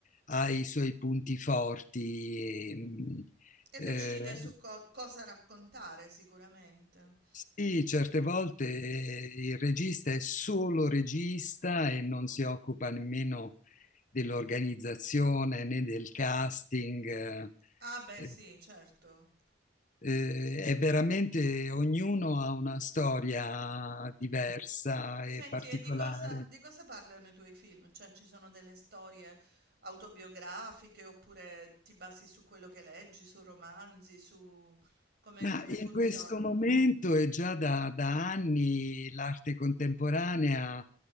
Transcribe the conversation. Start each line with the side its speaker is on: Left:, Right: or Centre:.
Left: ha i suoi punti forti. e, mh,
Right: E
Left: eh,
Right: decide su co- cosa raccontare sicuramente.
Left: sì, certe volte eh, il regista è solo regista e non si occupa nemmeno dell'organizzazione né del casting.
Right: Ah, beh,
Left: Eh,
Right: sì, certo.
Left: eh, è veramente ognuno ha una storia diversa
Right: Senti,
Left: e particolare.
Right: e di cosa, di cosa parlano i tuoi film? Cioè, ci sono delle storie autobiografiche oppure ti basi su quello che leggi, su romanzi, su come,
Left: Ma
Right: come
Left: in
Right: funziona?
Left: questo momento e già da, da anni l'arte contemporanea